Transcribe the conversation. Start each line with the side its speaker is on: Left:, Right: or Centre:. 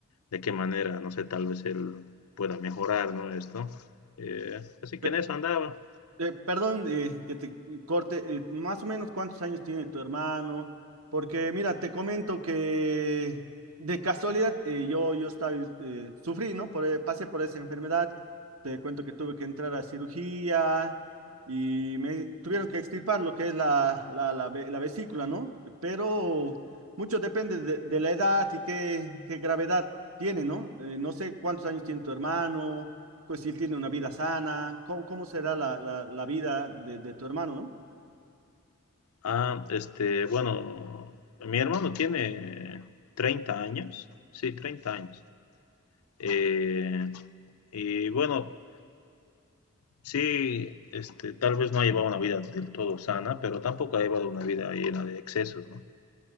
Left: de qué manera, no sé, tal vez él pueda mejorar, ¿no? Esto. Eh, así
Right: Fe-
Left: que en eso andaba.
Right: Eh, perdón eh, que te corte, eh, más o menos cuántos años tiene tu hermano, porque mira, te comento que de casualidad eh, yo, yo estaba, eh, sufrí, ¿no? Por, eh, pasé por esa enfermedad, te cuento que tuve que entrar a cirugía y me tuvieron que extirpar lo que es la, la, la ve- la vesícula, ¿no? Pero mucho depende de, de la edad y qué, qué gravedad tiene, ¿no? Eh, no sé cuántos años tiene tu hermano pues si él tiene una vida sana, ¿cómo, cómo será la, la- la vida de, de tu hermano, no?
Left: Ah, este, bueno, mi hermano tiene 30 años, sí, 30 años. Eh, y bueno, sí, este, tal vez no ha llevado una vida del todo sana, pero tampoco ha llevado una vida llena de excesos, ¿no?